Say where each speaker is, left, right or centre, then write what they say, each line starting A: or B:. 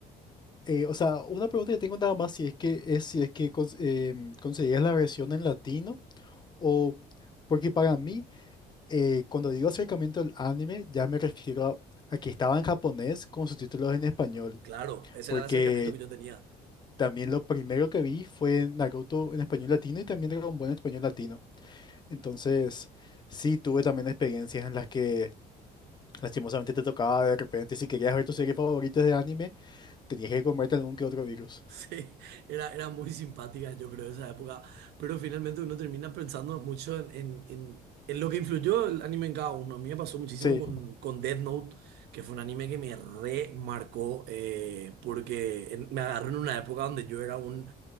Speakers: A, on the left (about 25°); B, on the right (about 75°).
A: Eh, o sea, una pregunta que tengo nada más si es que es si es que cons- em, conseguías la versión en latino o porque para mí eh, cuando digo acercamiento al anime ya me refiero a, a que estaba en japonés con subtítulos en español
B: Claro, ese
A: porque
B: era el acercamiento que yo tenía.
A: también lo primero que vi fue Naruto en español latino y también Dragon Ball en español latino. Entonces sí tuve también experiencias en las que lastimosamente te tocaba de repente si querías ver tu serie favorita de anime tenías que comerte algún que otro virus.
B: Sí, era, era muy simpática, yo creo, esa época. Pero finalmente uno termina pensando mucho en, en- en- en lo que influyó el anime en cada uno. A mí me pasó muchísimo
A: Sí,
B: con, con Death Note, que fue un anime que me remarcó, eh, porque en- me agarró en una época donde yo era un